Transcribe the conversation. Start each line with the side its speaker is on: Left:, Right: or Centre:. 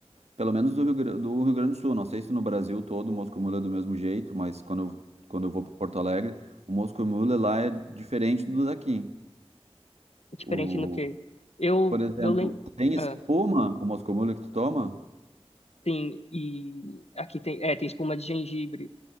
Right: pelo menos do Rio, Gra- do Rio Grande do Sul. Não sei se no Brasil todo o Moscow Mule é do mesmo jeito, mas quando eu, quando eu vou para Porto Alegre, o Moscow Mule lá é diferente do daqui.
Left: É Diferente
Right: O,
Left: no que eu
Right: por exemplo,
Left: eu lembro,
Right: tem espuma
Left: ah,
Right: o Moscow Mule que tu toma?
Left: tem e aqui tem, é, tem espuma de gengibre